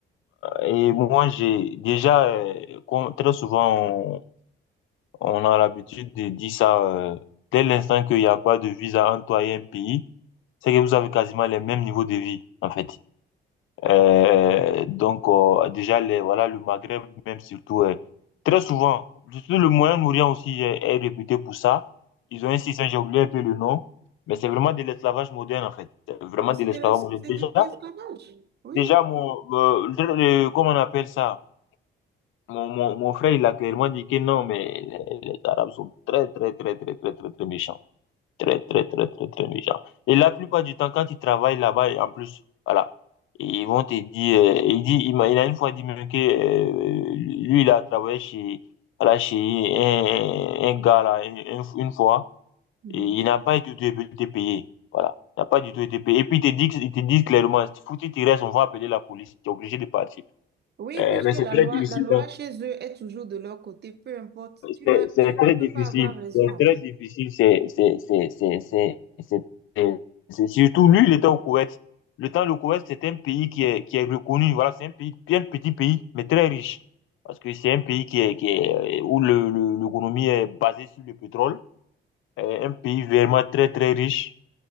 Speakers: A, on the left; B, on the right.
A: Et moi, j'ai déjà, euh, comme très souvent, on, on a l'habitude de dire ça, euh, dès l'instant qu'il n'y a pas de visa entre toi et un pays, c'est que vous avez quasiment les mêmes niveaux de vie, en fait. Euh, donc, euh, déjà, les, voilà, le Maghreb, même surtout, euh, très souvent, surtout le Moyen-Orient aussi est, est réputé pour ça. Ils ont un système, j'ai oublié un peu le nom, mais c'est vraiment de l'esclavage moderne, en fait. C'est vraiment
B: Donc,
A: de
B: C'est
A: l'esclavage
B: de l'es-
A: moderne.
B: c'est
A: Déjà,
B: de l'esclavage, oui.
A: déjà, mon, euh, le- le- comment on appelle ça? Mon, mon, mon frère, il a clairement dit que non, mais les, les Arabes sont très, très, très, très, très, très, très méchants. Très, très, très, très, très méchants. Et la plupart du temps, quand ils travaillent là-bas, et en plus, voilà, ils vont te dire, euh, il dit, il m'a, il a une fois dit même que, euh, lui, il a travaillé chez, voilà, chez un, un gars, là, une, une une fois,
B: Mhm.
A: et il n'a pas du tout été payé. Voilà. Il n'a pas du tout été payé. Et puis, il te dit, il te dit clairement, foutu, tu restes, on va appeler la police. Tu es obligé de partir.
B: Oui,
A: Euh,
B: puisque
A: mais c'est
B: la
A: très
B: loi,
A: difficile.
B: la loi chez eux est toujours de leur côté, peu importe. Tu
A: C'est
B: n'as,
A: c'est
B: tu,
A: très
B: tu peux
A: difficile.
B: pas avoir raison,
A: C'est
B: en
A: très
B: fait.
A: difficile. C'est c'est- c'est- c'est- c'est- c'est- c'est- c'est- surtout lui, il était au Koweït. Le temps, le Koweït, c'est un pays qui est, qui est reconnu. Voilà, c'est un pays, bien petit pays, mais très riche. Parce que c'est un pays qui est, qui est, où le, le- l'économie est basée sur le pétrole. Euh, Un pays vraiment très, très riche.